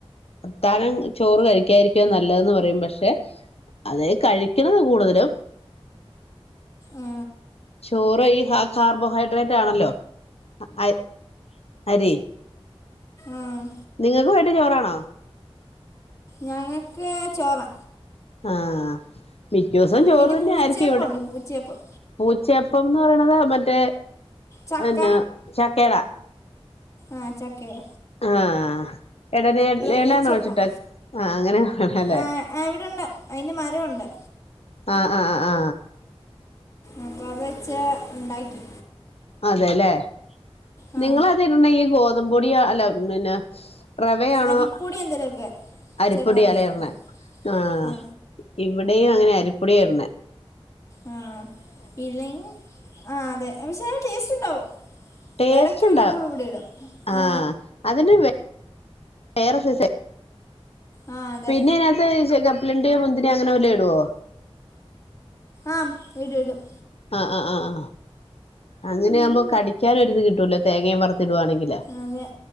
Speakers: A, on the left; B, on the left.
A: അത്താഴം ചോറ് കഴിക്കാതിരിക്കുവാ നല്ലതെന്ന് പറയും പക്ഷെ അതേ കഴി ക്ക്ത്‌ന്ന് കൂട്തലും
B: ആ
A: ചോറു ഈ ഹ കാർബോ ഹൈഡ്രേറ്റാണല്ലോ അ അരി
B: ആഹ്
A: നിങ്ങൾക്ക് വൈകിട്ട് ചോറാണോ?
B: ഞങ്ങൾക്ക് ചോറാ.
A: ആ മിക്ക ദിവസവും ചോറ്
B: പിന്നെ
A: തന്നെ
B: പൂച്ചയപ്പം
A: ആയിരിക്കും ഇവിടെ.
B: ഉണ്ട് പൂച്ചയപ്പം
A: പൂച്ചയപ്പംന്നറിണത് മറ്റേ
B: ചക്ക
A: യെന്നാ ചക്കേട
B: ആ ചക്കേട
A: ആ.... എടന എലായിലാണോ
B: പൂച്ചയപ്പം
A: വെച്ചിട്ട് ആ അങ്ങനെ വേണല്ലേ.
B: ആ ആ, ഇവിടെ ഉണ്ട് അതിൻ്റെ മരമുണ്ട്
A: ആ ആ ആ
B: അപ്പോൾ അത് വെച്ച് ഉണ്ടാക്കി.
A: അതെലെ
B: ആ
A: നിങ്ങളതിട്ണ ഈ ഗോതമ്പുപൊടി അല്ല പിന്നെ റവയാണോ
B: അരിപ്പൊടി എന്തെങ്കിലുമൊക്കെ
A: അരിപ്പൊടി
B: ചെറുതായിട്ട്
A: എലെ
B: ചേർക്കും
A: ഇട്ണേ ആഹ്
B: ആ
A: ഇവിടെയും അങ്ങനെ അരിപ്പൊടി ഇട്ണേ
B: ആ ഇല്ലെങ്കിൽ ആ അതെ പക്ഷേ, അതിന് ടേസ്റ്റ് ഉണ്ടാവും.
A: ടേസ്റ്റ്
B: ഇടയ്ക്ക് വല്ലപ്പോഴും
A: ഉണ്ടാവും
B: ഇവിടെ ഇടും,
A: ആഹ്
B: ആ
A: അതിന് വെ വേറെ സൈസെ
B: ആ അതെ
A: പിന്നെ അതിനകത്ത് കപ്പലണ്ടിയൊ മുന്തിരി അങ്ങനെ വല്ലോം ഇടുവോ?
B: ആഹ് ഇട് ടും
A: ആ ആ ആ ആ അങ്ങനെ ആകുമ്പോ കടിക്കാൻ ഒരിത് കിട്ടുവല്ലോ തേങ്ങയും വറുത്ത് ഇടുവാണെങ്കില്
B: അതെ